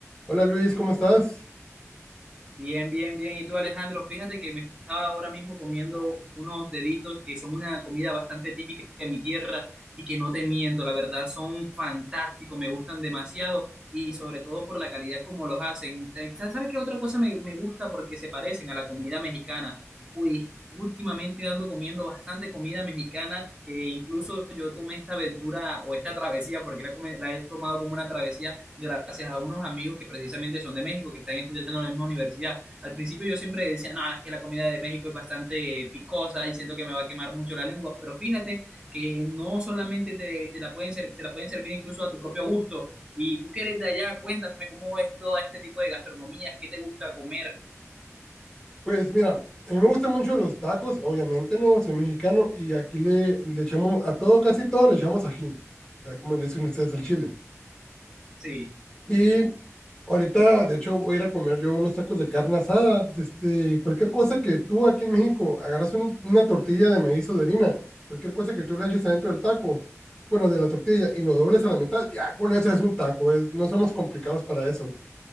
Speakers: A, on the left; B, on the right.
A: Hola Luis, ¿cómo estás?
B: Bien, bien, bien. Y tú, Alejandro, fíjate que me estaba ahora mismo comiendo unos deditos que son una comida bastante típica de mi tierra y que no te miento, la verdad son fantásticos, me gustan demasiado y sobre todo por la calidad como los hacen. Te- sa- ¿Sabes qué otra cosa me, me gusta? Porque se parecen a la comida mexicana. Uy, últimamente ando comiendo bastante comida mexicana que incluso yo tomé esta aventura o esta travesía, porque la, come- la he tomado como una travesía gracias a unos amigos que precisamente son de México, que están estudiando en la misma universidad. Al principio yo siempre decía, no, es que la comida de México es bastante eh, picosa y siento que me va a quemar mucho la lengua, pero fíjate que no solamente te, te la pueden ser- te la pueden servir incluso a tu propio gusto. Y tú que eres de allá, cuéntame cómo es todo este tipo de gastronomía, qué te gusta comer.
A: Pues mira, a mí me gustan mucho los tacos, obviamente no, soy mexicano y aquí le, le echamos a todo, casi todo le echamos ají, acá como le dicen ustedes al chile.
B: Sí,
A: Y ahorita, de hecho, voy a ir a comer yo unos tacos de carne asada, de este, cualquier cosa que tú aquí en México agarras un- una tortilla de maíz o de harina, cualquier cosa que tú le eches adentro del taco, bueno, de la tortilla y lo dobles a la mitad, ya con eso es un taco, es- no somos complicados para eso.